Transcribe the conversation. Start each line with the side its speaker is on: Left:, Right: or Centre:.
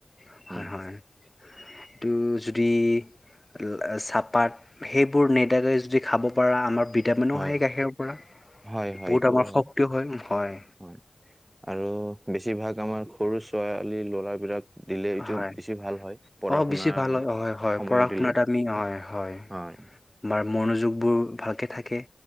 Left: হয়,
Right: উম,
Left: হয়। তু যদি ল চাহপাত, সেইবোৰ নিদাকৈ যদি খাব পৰা আমাৰ ভিটামিনো
Right: হয়,
Left: আহেই গাখীৰৰ পৰা,
Right: হয়, হয়,
Left: বহুত
Right: এইটোও
Left: আমাৰ শক্তি
Right: হয়,
Left: হয়, হয়।
Right: হয়, আৰু বেছিভাগ আমাৰ সৰু ছোৱালী ল'ৰাবিলাক দিলে এইটো
Left: হয়
Right: বেছি ভাল হয়, পঢ়া
Left: অঁ বেছি
Right: শুনাৰ
Left: ভাল হয়
Right: সময়ত
Left: হয় হয় পঢ়া শুনাত
Right: দিলে
Left: আমি হয় হয়
Right: হয়।
Left: আমাৰ মনোযোগবোৰ ভালকে থাকে।